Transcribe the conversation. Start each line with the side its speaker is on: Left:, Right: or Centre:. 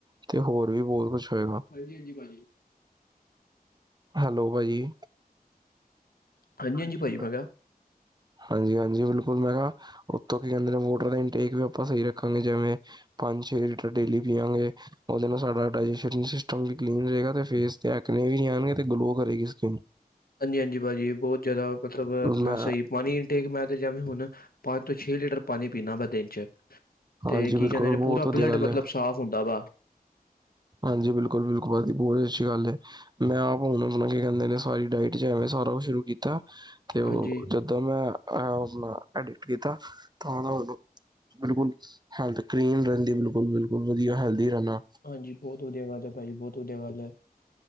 Right: ਤੇ ਹੋਰ ਵੀ ਬਹੁਤ ਕੁਛ ਹੋਏਗਾ।
Left: ਹਾਂਜੀ-ਹਾਂਜੀ ਭਾਜੀ।
Right: ਹੈਲੋ ਭਾਜੀ।
Left: ਹਾਂਜੀ-ਹਾਂਜੀ
Right: ਹਾਂਜੀ।
Left: ਭਾਜੀ ਮੈਂ ਕਿਹਾ
Right: ਹਾਂਜੀ ਹਾਂਜੀ। ਬਿਲਕੁਲ ਮੈਂ ਕਿਹਾ ਉੱਥੋਂ ਕੀ ਕਹਿੰਦੇ ਨੇ ਵਾਟਰ ਦਾ ਇਨਟੇਕ ਵੀ ਆਪਾਂ ਸਹੀ ਰੱਖਾਂਗੇ ਜਿਵੇਂ ਪੰਜ ਛੇ ਲੀਟਰ ਡੇਲੀ ਪੀਆਂਗੇ। ਉਹਦੇ ਨਾਲ ਸਾਡਾ ਡਾਇਜੈਸ਼ਨ ਸਿਸਟਮ ਵੀ ਕਲੀਨ ਰਹੇਗਾ। ਅਤੇ ਫੇਸ ਤੇ ਐਕਣੇ ਵੀ ਜਾਣਗੇ ਅਤੇ ਗਲੋਅ ਕਰੇਗੀ ਸਕਿੰਨ।
Left: ਹਾਂਜੀ ਹਾਂਜੀ ਭਾਜੀ ਬਹੁਤ ਜ਼ਿਆਦਾ ਮਤਲਬ ਆਪਣਾ
Right: ਮੈਂ
Left: ਸਹੀ ਪਾਣੀ ਇਟੇਕ ਮੈਂ ਤੇ ਜੈਵੇ ਹੁਣ ਪੰਜ ਤੋਂ ਛੇ ਲੀਟਰ ਪਾਣੀ ਪੀਣਾ ਮੈਂ ਦਿਨ ਚ।
Right: ਹਾਂਜੀ
Left: ਤੇ ਕੀ
Right: ਬਿਲਕੁਲ
Left: ਕਹਿੰਦੇ ਨੇ
Right: ਬਹੁਤ
Left: ਪੂਰਾ
Right: ਵਧੀਆ
Left: ਬਲੱਡ
Right: ਗੱਲ
Left: ਮਤਲਬ
Right: ਹੈ।
Left: ਸਾਫ਼ ਹੁੰਦਾ ਵਾ।
Right: ਹਾਂਜੀ। ਬਿਲਕੁਲ ਬਿਲਕੁਲ ਬਹੁਤ ਅੱਛੀ ਗੱਲ ਹੈ। ਮੈਂ ਆਪ ਹੁਣ ਆਪਣਾ ਕੇ ਕਹਿੰਦੇ ਨੇ ਸਾਰੀ ਡਾਇਟ ਚ ਐਵੇਂ ਸਾਰਾ ਕੁਛ ਸ਼ੁਰੂ ਕੀਤਾ ਤੇ ਉਹ
Left: ਹਾਂਜੀ।
Right: ਜਦੋਂ ਮੈਂ ਅਪਣਾ ਐਡਿਟ ਕੀਤਾ। ਤਾਂਦਾਨੂੰ ਬਿਲਕੁਲ ਹੈਲਥ ਕਲੀਨ ਰਹਿੰਦੀ ਬਿਲਕੁਲ ਬਿਲਕੁਲ ਵਧੀਆ ਹੈਲਦੀ ਰਹਿੰਦਾ।
Left: ਹਾਂਜੀ ਬਹੁਤ ਵਧੀਆ ਗੱਲ ਹੈ। ਭਾਜੀ ਬਹੁਤ ਵਧੀਆ ਗੱਲ ਹੈ।